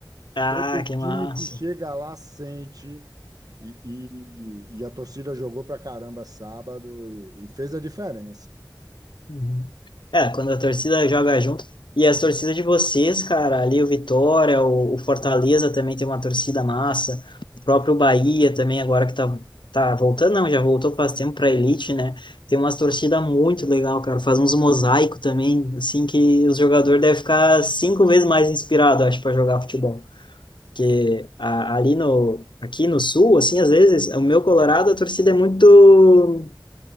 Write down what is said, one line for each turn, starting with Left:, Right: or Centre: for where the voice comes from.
Left: Ah,
Right: Todo
Left: que
Right: time
Left: massa.
Right: que chega lá sente. E, e- e a torcida jogou pra caramba sábado e, e fez a diferença.
Left: Uhum. É, quando a torcida joga junto. E as torcidas de vocês, cara, ali o Vitória, o, o Fortaleza também tem uma torcida massa. O próprio Bahia também, agora que tá, tá voltando, não, já voltou faz tempo pra elite, né? Tem umas torcidas muito legal, cara. Faz uns mosaico também, assim, que os jogadores devem ficar cinco vezes mais inspirados, acho, para jogar futebol. Porque a- ali no, aqui no sul, assim, às vezes, o meu Colorado, a torcida é muito